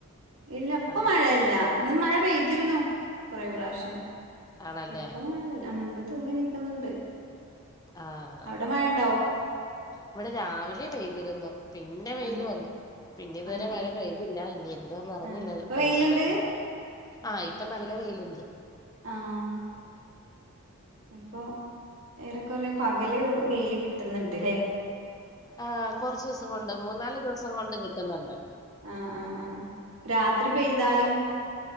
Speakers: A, on the right; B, on the left.
A: ഇല്ല ഇപ്പ
B: ആ
A: മഴയില്ല ഇന്ന് മഴ പെയ്തിരുന്നു. കൊറെ പ്രാവശ്യം
B: ആണല്ലേ
A: ഇപ്പ മഴ ഇല്ല ഉം ഇപ്പ തൂങ്ങി നിക്കുന്നുണ്ട്.
B: ആഹ്
A: അവിടെ മഴ ഇണ്ടാവോ
B: ഇവിടെ രാവിലെ പെയ്തിരുന്നു. പിന്നെ വെയിൽ
A: ആ
B: വന്നു പിന്നെ ഇതുവരെ
A: ആ
B: മഴ
A: ആ
B: പെയ്തില്ല ഇനി എന്ത വന്നന്ന് അറിഞ്ഞില്ല
A: ആ ഇപ്പൊ
B: വൈകുന്നേരം.
A: വെയിലുണ്ട്
B: ആഹ് ഇപ്പൊ നല്ല വെയിലുണ്ട്.
A: ആഹ് ഇപ്പൊ ഏറെ കൊറെ പകല് വെയില് കിട്ടുന്നുണ്ട്ല്ലേ?
B: ആഹ് കുറച്ചുസം കൊണ്ടും മൂന്നാല് ദിവസം കൊണ്ടും കിട്ടുന്നുണ്ട്.
A: ആഹ് ആഹ് ആഹ് രാത്രി പെയ്താലും